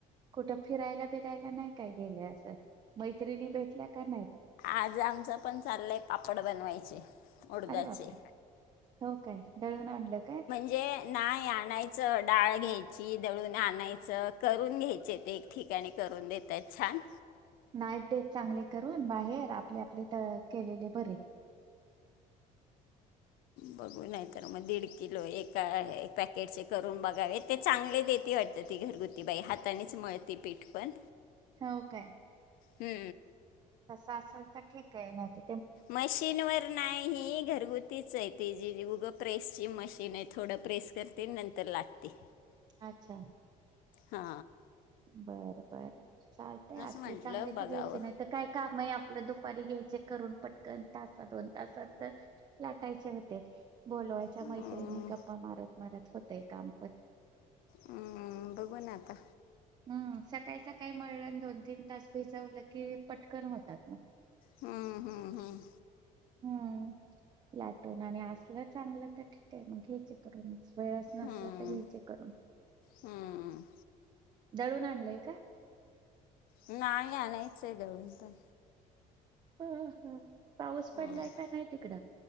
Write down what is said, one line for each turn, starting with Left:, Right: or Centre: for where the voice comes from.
Right: कुठं फिरायला बिरायला नाय काय गेल्या असचं मैत्रिणी भेटल्या का नायत?
Left: आज आमचं पण चाललंय पापड बनवायचे. उडदाचे
Right: अरे बापरे! हो काय दळून आणलं काय?
Left: जे नाय आणायचं डाळ घ्यायची दळून आणायचं करून घ्यायचे ते ठिकाणी करून देतायेत छान
Right: नाईत देत चांगले करून बाहेर आपले आपले त केलेले बरे. <inaudible>
Left: बघू नाय तर म दीड किलो एका पॅकेटचे करून बघावेत. ते चांगले देते वाटत ती घरगुती बाई हातानेच मळते पीठ पण
Right: हो काय?
Left: हूं
Right: तसं असेल तर ठीकय नायत
Left: मशीन वर नाही घरगु तीचय ती जी उगं प्रेस ची मशीन आहे थोडं प्रेस करते नंतर लाटते.
Right: अच्छा
Left: हा
Right: बर बर चालतय असले
Left: म्हटलं
Right: चांगले
Left: बघावं
Right: तर घ्यायचे नाय त काय काम आहे आपलं दुपारी घ्यायचे करून पटकन तासात दोन तासात त लाटायचे होते बोलवायच्या
Left: हम्म,
Right: मैत्रिणी गप्पा मारत मारत होतय कामपण
Left: अं बघू ना आता
Right: हम्म सकाळी सकाळी मळलं दोन तीन तास भिजवलं की पटकन होतात मग.
Left: हम्म हम्म हम्म
Right: हम्म लाटून आणि असलं चांगलं तर ठीकय मग घ्यायचे करून वेळच नसला
Left: हम्म,
Right: तर घ्यायचे करून.
Left: हम्म
Right: दळून आणलंय का?
Left: नाही आणायचय दळून पण
Right: अ हं पाऊस पडलाय
Left: हम्म,
Right: काय नाय तिकडं